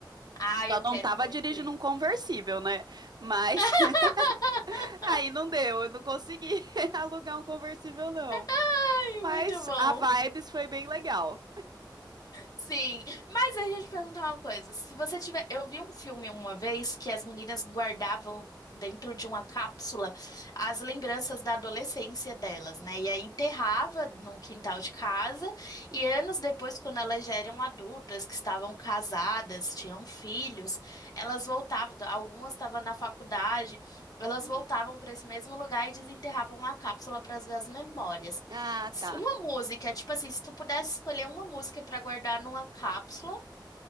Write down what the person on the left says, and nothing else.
Ah, eu
quero
muito
ir.
<laughs>
Ai,
muito bom.
Sim, mas a gente perguntar uma coisa. Se você tiver, eu vi um filme uma vez que as meninas guardavam dentro de uma cápsula as lembranças da adolescência delas, né? E aí enterrava num quintal de casa e anos depois, quando elas já eram adultas, que estavam casadas, tinham filhos, elas voltavam. Algumas estavam na faculdade, elas
voltavam para esse mesmo lugar e desenterravam a cápsula para ver as memórias.
S-
Uma música, tipo assim, se tu pudesse escolher uma música pra guardar numa cápsula